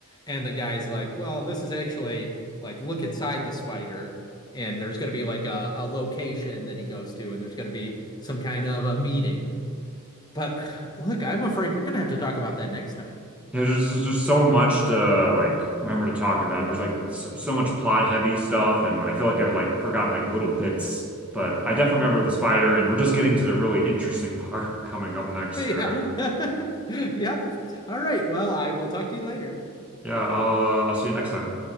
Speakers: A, on the left; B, in the centre.
A: And the guy's like, "Well, this is actually like look inside the spider." And there's going to be like a, a location that he goes to, and there's going to be some kind of a meeting. But <sighs> look, I'm afraid we're going to have to talk about that next time.
B: Yeah, there's, there's just so much to like remember to talk about.
A: <laughs>
B: There's like so, so much plot heavy stuff, and I feel like I've like forgotten like little bits. But I definitely remember the spider, and we're just getting to the really interesting part <laughs> coming up next
A: Yeah.
B: here.
A: <laughs> Yeah. All right. Well, I will talk to you later.
B: Yeah, I'll uh, I'll see you next time.